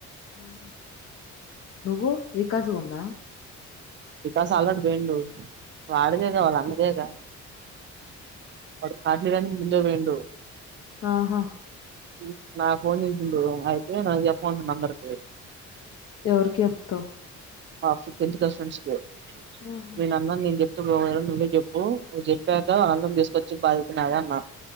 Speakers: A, on the left (about 50°); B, on the right (about 40°).
A: ఆహా నువ్వు వికాసు ఉండా?
B: వికాస్ ఆల్రెడీ పోయిండు వాడిదే గా వాళ్ళ అన్నదేగా వాడు కార్డులు ఇయ్యాడానికి ముందే పోయిండు
A: ఆహా
B: ఉమ్ నాకు పోన్ చేసిండు అయితే నాకు చెప్పిమంటు నంబర్ కి
A: ఎవరికి చెప్తావ్
B: ఆ ఫిప్ టెన్త్ బెస్ట్ ఫ్రెండ్స్కి
A: ఆహా
B: మీ నెంబర్ నేను చెప్ నవ్వ్ ఫోన్ చేసి నువ్వే చెప్పు నువ్వు చెప్పాక ఆళ్ళని తీసుకొచ్చే బాధ్యత నాది అన్నా. <unintelligible>